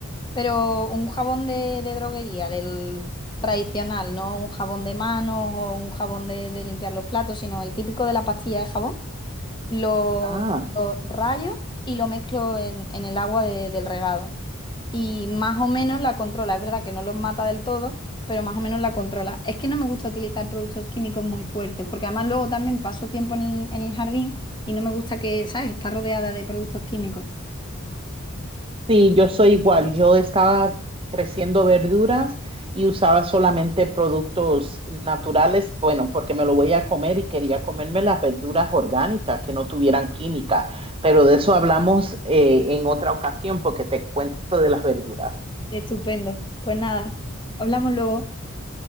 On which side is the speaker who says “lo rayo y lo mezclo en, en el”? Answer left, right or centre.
Left